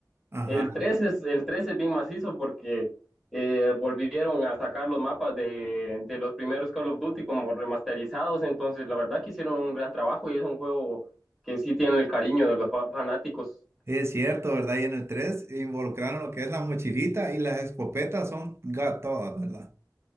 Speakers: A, on the right; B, in the centre.
A: Ajá,
B: El tres es, el tres es bien macizo porque eh, volvieron a sacar los mapas de, de los primeros Call of Duty como remasterizados, entonces la verdad que hicieron un gran trabajo y es un juego que sí tiene el cariño de los fa- fanáticos.
A: es cierto, ¿verdad? Y en el 3 involucraron lo que es la mochilita y las escopetas son ga- todas, ¿verdad?